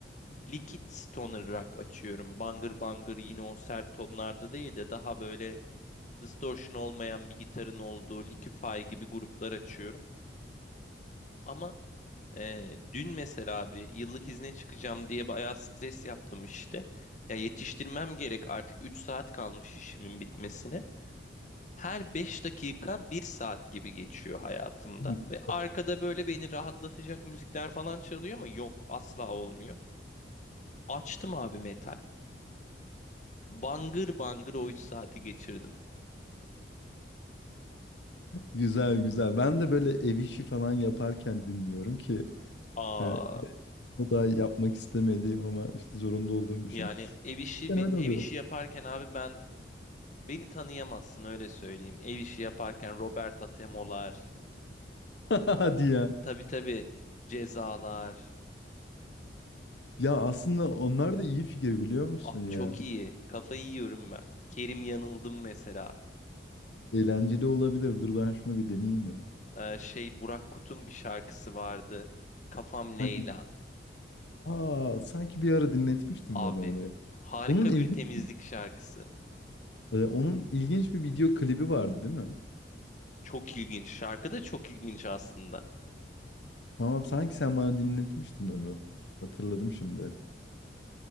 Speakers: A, on the left; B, on the left.
A: liquid stoner rock açıyorum. Bangır bangır yine o sert tonlarda değil de daha böyle distortion olmayan bir gitarın olduğu Liquify gibi gruplar açıyorum. Ama e, dün mesela abi yıllık izne çıkacağım diye bayağı stres yaptım işte. Ya yetiştirmem gerek artık 3 saat kalmış işimin bitmesine. Her 5 dakika bir saat gibi geçiyor hayatımda.
B: Hmm.
A: Ve arkada böyle beni rahatlatacak müzikler falan çalıyor ama yok asla olmuyor. Açtım abi metal. Bangır bangır o 3 saati geçirdim.
B: Güzel güzel. Ben de böyle ev işi falan yaparken dinliyorum ki
A: Aa
B: hani o da yapmak istemediğim ama işte zorunda olduğum bir
A: yani
B: şey.
A: ev işi
B: Ben öyle oluyorum.
A: ev işi yaparken abi ben Beni tanıyamazsın öyle söyleyeyim. Ev işi yaparken Roberta Temo'lar,
B: <laughs> Hadi ya.
A: Tabii tabii. Cezalar.
B: Ya aslında onlar da iyi fikir biliyor musun
A: Abi
B: ya?
A: çok iyi. Kafayı yiyorum ben. Kerim Yanıldım mesela.
B: Eğlenceli olabilir. Dur ben şunu bir deneyeyim ya.
A: Ee, şey Burak Kut'un bir şarkısı vardı. Kafam
B: Hangi?
A: Leyla.
B: Aa sanki bir ara dinletmiştin
A: Abi
B: bana onu ya.
A: harika
B: Onun ilginç,
A: bir temizlik şarkısı.
B: e, onun ilginç bir video klibi vardı değil mi?
A: Çok ilginç. Şarkı da çok ilginç aslında.
B: Tamam sanki sen bana dinletmiştin onu. Hatırladım şimdi.